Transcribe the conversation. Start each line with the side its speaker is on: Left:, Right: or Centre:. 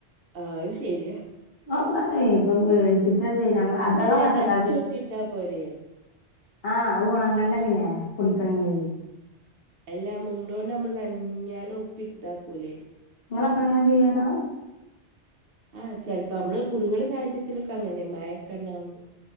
Right: ആഹ അത് ശരിയാ
Left: <unintelligible> ഇപ്പൊ മേടിച്ചിട്ടാ ചെയ്യമ്മ അതാവാ
Right: എല്ലാം
Left: കഷ്ടക്കാലത്തിന്
Right: നനച്ച് കുത്തിട്ടാ പോരെ
Left: ആ, അത് ഉണങ്ങണ്ടെ പിന്നെ പൊടിക്കണങ്കി.
Right: എഅല്ലാ മുണ്ടോണ്ട് നമ്മള് നനഞ്ഞാണ്ട് ഒപ്പി എടുത്താ ഒക്കുലേ
Left: ങ്ങളൊക്കെ അങ്ങനെ ചെയ്യാ ടോ
Right: ആ് ചിലപ്പോ മ്മള് കുടുങ്ങണ സാഹചര്യത്തിലൊക്കെങ്ങനെയ മഴൊക്കെ ണ്ടാവുമ്പം